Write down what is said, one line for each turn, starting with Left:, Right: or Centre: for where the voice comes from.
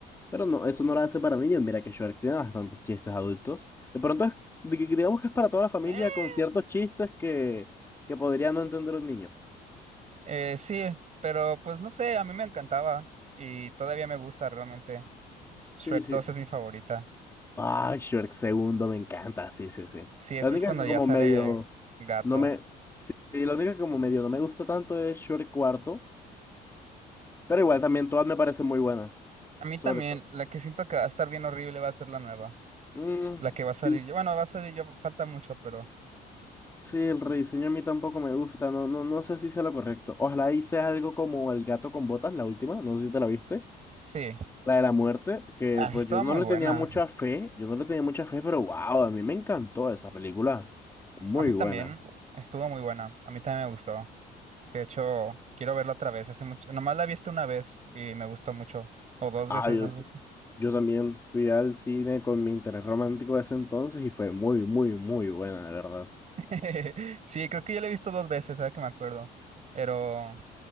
Left: pero no, eso no la hace para niños. Mira que Shrek tiene bastantes chistes adultos. De pronto es, di- digamos que es para toda la familia
Right: Eh,
Left: con ciertos chistes que, que podría no entender un niño.
Right: eh, sí, pero pues no sé, a mí me encantaba y todavía me gusta realmente. Shrek
Left: Sí, sí.
Right: dos es mi favorita.
Left: Ah, Shrek segundo, me encanta, sí, sí, sí.
Right: Sí, es
Left: La
Right: que
Left: única
Right: es cuando
Left: que como
Right: ya sale
Left: medio
Right: gato.
Left: no me, sí, sí, la única que como medio no me gusta tanto es Shrek cuarto, pero igual también todas me parecen muy buenas.
Right: A mí
Left: Sobre
Right: también,
Left: todo.
Right: la que siento que va a estar bien horrible va a ser la nueva.
Left: Mm,
Right: La que va a salir
Left: sí.
Right: yo. Bueno, va a salir yo, falta mucho, pero
Left: Sí, el rediseño a mí tampoco me gusta, no, no, no sé si sea lo correcto. Ojalá hice algo como El gato con botas, la última, no sé si te la viste,
Right: sí.
Left: la de la muerte, que
Right: Ah,
Left: pues
Right: estaba
Left: yo no
Right: muy
Left: le
Right: buena.
Left: tenía mucha fe, yo no le tenía mucha fe, pero wow, a mí me encantó esa película, muy
Right: A mí también.
Left: buena.
Right: Estuvo muy buena. A mí también me gustó. De hecho, quiero verla otra vez. Hace mucho, nomás la he visto una vez y me gustó mucho. O dos
Left: Ah,
Right: veces,
Left: yo,
Right: algo así.
Left: yo también fui al cine con mi interés romántico de ese entonces y fue muy, muy, muy buena, de verdad.
Right: <laughs> Sí, creo que yo la he visto dos veces, ahora que me acuerdo. Pero